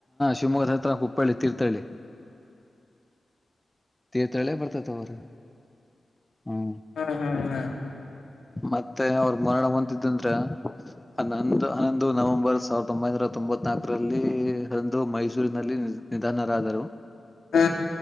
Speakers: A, in the centre; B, on the left (about 80°).
A: ಶಿವಮೊಗ್ಗ ಹತ್ರ ಕುಪ್ಪಳ್ಳಿ ತೀರ್ಥಹಳ್ಳಿ ತೀರ್ಥಳ್ಳಿ ಬರ್ತತ್ ಅವ್ರ ಹ್ಮ
B: ಹ್ಮ ಹ್ಮ
A: ಮತ್ತೆ ಅವ್ರ ಮಳ ಹೊಂತಿದ್ದಂದ್ರ ಹ ನೊಂದು ಹನ್ನೊಂದು ನವೆಂಬರ್ ಸಾವಿರದ ಒಂಬೈನೂರ ತೊಂಬತ್ ನಾಲ್ಕರಲ್ಲಿ ಅಂದು ಮೈಸೂರಿನಲ್ಲಿ ನಿಧಾನರಾದರುೂ
B: ಹ್ಮ